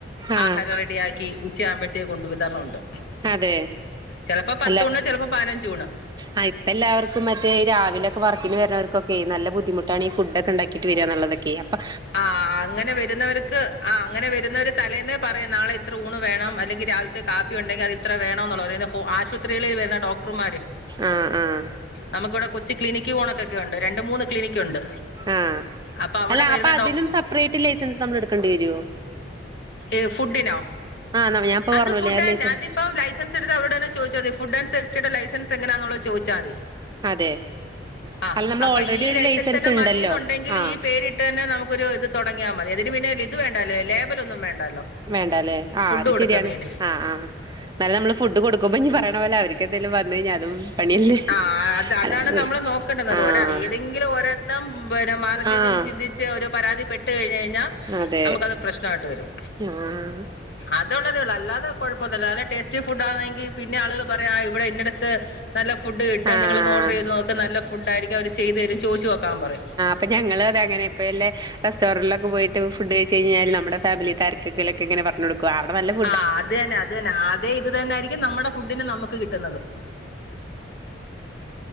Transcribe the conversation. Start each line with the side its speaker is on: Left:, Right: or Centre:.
Right: ആഹ്
Left: ആഹാരം റെഡിയാക്കി ഉച്ചയാകുമ്പോ ത്തേക്ക് കൊണ്ട് വിതരണം ഉണ്ട്
Right: അതെ
Left: ചെലപ്പോ പത്തൂണ്
Right: അല്ല
Left: ചെലപ്പോ പതിനഞ്ച് ഊണ്.
Right: ആ ഇപ്പം എല്ലാവർക്കും മറ്റേ രാവിലൊക്കെ വർക്കിന് വരുനോർക്കൊക്കെ നല്ല ബുദ്ധിമുട്ടാണ് ഈ ഫുഡ്ഡക്കെ ഇണ്ടാക്കിട്ട് വരാന്നുള്ള ക്കെ അപ്പം
Left: ആഹ് ആഹ് അങ്ങനെ വരുന്നവർക്ക് ആഹ് അങ്ങനെ വരുന്നവര് തലേന്നേ പറയും നാളെ ഇത്ര ഊണ് വേണം അല്ലെങ്കിൽ രാവിലത്തെ കാപ്പി ഉണ്ടെങ്കിൽ അത് ഇത്ര വേണന്നുള്ളത് <unintelligible> ആശു <unintelligible> ഡോക്ടർമാര്
Right: ആഹ് ആഹ്
Left: നമുക്ക് ഇവിടെ കൊച്ചി ക്ലിനിക്ക് ഊണൊക്കൊക്കെ ഉണ്ട് രണ്ട്, മൂന്ന് ക്ലിനിക്ക് ഉണ്ട്.
Right: ആഹ്
Left: അപ്പ അവടെ
Right: അല്ല
Left: വര്ണെ
Right: അപ്പൊ അതിനും സെപ്പറേറ്റ് ലൈസൻസ് നമ്മൾ എടുക്കേണ്ടി വരുവോ?
Left: ഏ ഫുഡിനോ?
Right: ആഹ് ഞാൻ ഇപ്പ
Left: അത്
Right: പറഞ്ഞില്ലേ
Left: ഫുഡ് തന്നെ
Right: ആ ലൈസൻസ്
Left: അതിപ്പോ ലൈ സൻസ് എടുത്ത അവരോട് തന്നെ ചോദിച്ചാ മതി ഫുഡ് ആൻ്റ് സേഫ്റ്റിയുടെ ലൈസൻ എങ്ങനാന്നുള്ള ചോദിച്ചാതി.
Right: അതെ
Left: അ
Right: അല്ല നമ്മൾ
Left: അപ്പൊ
Right: ഓൾറെഡി
Left: ഈ
Right: ഒരു
Left: ലൈസൻസ് തന്നെ
Right: ഉണ്ടല്ലോ
Left: മതിന്നുണ്ടെങ്കിൽ
Right: ആഹ്
Left: ഈ പേരി ട്ട് തന്നെ നമുക്കൊരു ഇത് തൊടങ്ങിയാൽ മതി ഇതിന് പിന്നെ ഇത് വേണ്ടല്ലോ ലേബൽ ഒന്നും വേണ്ടല്ലോ.
Right: വേണ്ടല്ലേ ആഹ്
Left: ഫുഡ്
Right: അത്
Left: കൊടുക്കുന്നതിന്
Right: ശെരിയാണ് ആഹ് ആഹ് എന്നാലും നമ്മള് ഫുഡ് കൊടുമ്പോ ഇനി പറയണ പോലെ അവര്ക്കെന്തെങ്കിലും വന്ന് കഴിഞ്ഞാ അതും പണിയല്ലേ
Left: ആഹ് അത് അതാണ്
Right: അല്ല
Left: നമ്മള് നോക്കണ്ടന്നത്
Right: ആഹ്
Left: ഒരയ് ഏതെങ്കിലും ഒരെണ്ണം പിന്നെ മാറിത്തിരിഞ്ഞു
Right: ആഹ്
Left: ഒന്ന് ചിന്തി ച്ച് ഒരു പരാതി പെട്ട് കഴിഞ്ഞ് കഴിഞ്ഞാൽ
Right: അതെ
Left: നമുക്കത് പ്രശ്നമായിട്ട് വരും.
Right: ആഹ്
Left: അതൊള്ളതേ ഉള്ളൂ അല്ലാതെ കൊഴപ്പ ന്നുല്ല നല്ല ടേസ്റ്റി ഫുഡ് ആണെങ്കിൽ പിന്നെ ആളുകൾ പറയും ആഹ് ഇവിടെ ഇന്നിടത്ത് <unintelligible> ഫുഡ് കിട്ടും
Right: ആഹ്
Left: നിങ്ങള് ഒന്ന് ഓർഡർ ചെയ്ത് നോക്ക് നല്ല ഫുഡായിരിക്കും അവര് ചെയ്ത് തരും ചോദിച്ച് നോക്കാൻ പറയും.
Right: ഇപ്പ ഞങ്ങളും അതെ അങ്ങനെപ്പോലെ റെസ്റ്റോറിലൊക്കെ പോയിട്ട് ഫുഡ് കഴിച്ച് കഴിഞ്ഞാ നമ്മുടെ ഫാമിലി ക്കാർക്കെങ്കിലുക്കെ ഇങ്ങനെ പർഞ്ഞ് കൊടു <unintelligible> അവടെ നല്ലം
Left: ആ അത് തന്നെ അത് തന്നെ ആതെ ഇത് തന്നൊയിയിരിക്കും നമ്മുടെ ഫുഡിന് നമുക്ക് കിട്ടുന്നത്.